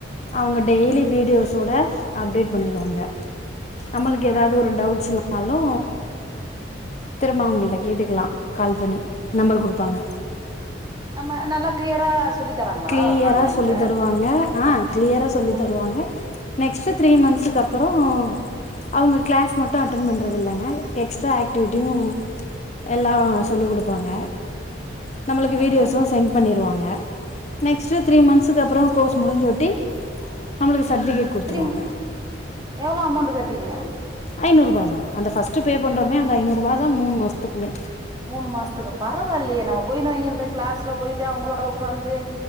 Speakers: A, on the left; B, on the right.
A: அவுங்க டெய்லி வீடியோஸோட அப்டேட் பண்ணிருவாங்க நம்மளுக்கு எதாவ்து
B: ஆ
A: ஒரு டவுட்ஸ் னாலு திரும்ப அவுங்கள்ட்ட கேட்டுக்லா கால் பண்ணி நம்பர் குடுப்பாங்க
B: நம்ம நல்லா கிளியரா சொல்லி தராங்களா
A: கிளியரா
B: ஆன்லைன்ல
A: சொல்லி தருவா ங்க ஆ கிளியரா சொல்லி
B: ஆ
A: தருவாங்க நெக்ஸ்ட்டு த்ரீ மன்த்ஸுக்கப்பறோ
B: ஆ
A: அவுங்க கிளாஸ் மட்டு அட்டன் பண்றதில்லங்க எக்ஸ்ட்ரா ஆக்டிவிட்டியு
B: ஆ
A: எல்லா சொல்லி குடுப்பாங்க நம்மளுக்கு
B: ஆ
A: வீடியோஸு
B: ஆ
A: சென்ட் பண்ணிருவாங்க நெக்ஸ்ட்டு த்ரீ மன்ஸ்ஸுக்கு அப்பறோ கோர்ஸ் முடிஞ்சோட்டி நம்ளுக்கு சர்டிஃபிகேட் குடுத்துருவாங்க
B: திரும் எவ்ளோ அமௌண்ட் கட்றீங்க
A: ஐநூறுவா தா அந்த ஃபர்ஸ்ட்டு பே பண்றமே அந்த ஐநூறுவா தா மூனு மாசத்துக்குமே
B: மூனு மாசத்துக்கு பரவாயில்லயே நம்ம போய்னு இங்கந்து கிளாஸ்ல போயிட்டு அவங்களோட உட்காந்து